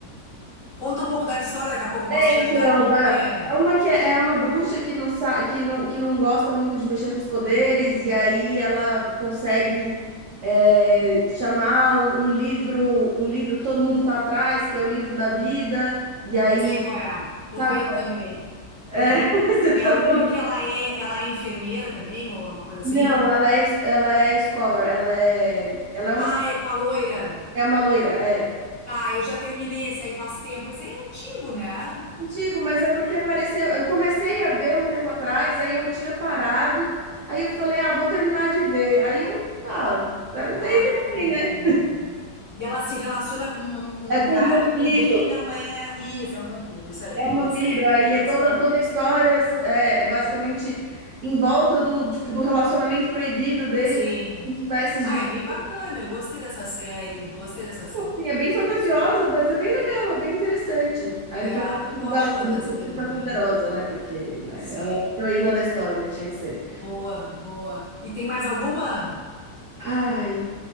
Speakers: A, on the left; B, on the right.
A: Conta um pouco da história, daqui a pouco eu
B: É,
A: posso te
B: então,
A: ajudar. Tem
B: uma-
A: o quê?
B: é uma que é, é uma bruxa que não sa que não, que não gosta muito de mexer com os poderes, e aí ela consegue é, chamar um, um livro, um livro que todo mundo tá atrás, que é o livro da vida, e aí,
A: Sei qual é. Tô
B: sabe?
A: vendo também.
B: É,
A: Tem.
B: <laughs> você tá
A: É uma
B: vendo?
A: que ela é, ela é enfermeira também, ou uma coisa assim?
B: Não, ela é, ela é scholar, ela é, ela é uma,
A: Ah,
B: estu-
A: é com a loira.
B: é uma loira, é.
A: Tá, eu já terminei esse aí faz tempo. Esse aí é antigo, né?
B: Digo, mas é porque apareceu. Eu comecei a ver um tempo atrás, aí eu tinha parado, aí eu falei, ah, vou terminar de ver. Aí eu, pá, daí
A: Ah,
B: terminei,
A: entendi.
B: né?
A: E ela se relaciona com, um- com
B: É
A: um
B: com
A: cara
B: um vampiro,
A: que também não é. Isso, é um vampiro. Isso aí,
B: é um vampiro,
A: isso aí.
B: aí
A: Queria
B: é
A: dar spoiler.
B: toda, toda a história é, é basicamente em volta do, tipo, do relacionamento proibido deles,
A: Sim.
B: de espécies
A: Ah,
B: de.
A: é bem bacana. Eu gostei dessa série. Gostei dessa série.
B: Assim, é bem fantasiosa, mas é bem legal, é bem interessante. Aí
A: É,
B: no final das contas,
A: eu gosto
B: ela
A: de fantasia
B: é uma bruxa super
A: também.
B: poderosa, né? Porque, né,
A: Sim.
B: ela é a heroína da história, tinha que ser.
A: Boa, boa. E tem mais alguma?
B: Ai,